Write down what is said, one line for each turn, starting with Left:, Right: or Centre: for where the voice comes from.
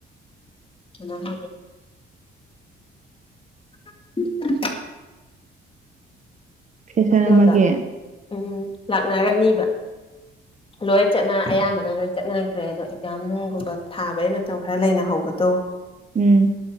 Left: ꯍꯂ ꯍꯦ <unintelligible>
Right: ꯁꯦꯁꯟ
Left: ꯍꯣꯁꯇꯦꯜꯗ
Right: ꯑꯃꯒꯤ
Left: ꯎꯝ ꯂꯥꯛꯅꯔꯅꯤꯕ ꯂꯣꯏ ꯆꯠꯅ ꯑꯌꯥꯝꯕꯅ ꯂꯣꯏ ꯆꯠꯅꯈ꯭ꯔꯦ ꯑꯗꯣ ꯑꯦꯛꯖꯥꯝ ꯅꯨꯡꯒꯨꯝꯕ ꯊꯥꯕꯩ ꯃꯇꯝ ꯈꯔ ꯂꯩꯅꯍꯧꯕꯗꯣ
Right: ꯎꯝ